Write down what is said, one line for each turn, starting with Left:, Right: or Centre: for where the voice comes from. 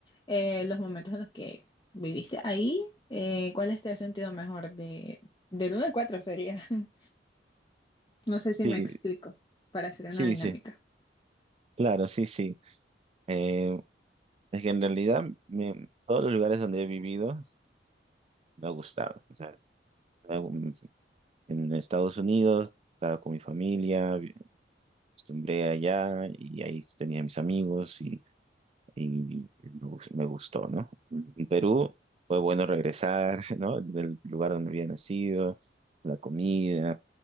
Left: eh, los momentos en los que viviste ahí, eh, ¿cuáles te has sentido mejor? De, del uno al 4 sería. <laughs> No sé si
Right: Sí,
Left: me explico para hacer una
Right: sí,
Left: dinámica.
Right: sí. Claro, sí, sí. Eh, es que en realidad me- todos los lugares donde he vivido me ha gustado. O sea, en en Estados Unidos estaba con mi familia, vi- acostumbré allá y ahí tenía mis amigos y y uf, me gustó, ¿no? En Perú fue bueno regresar, <laughs> ¿no? Del lugar donde había nacido, la comida,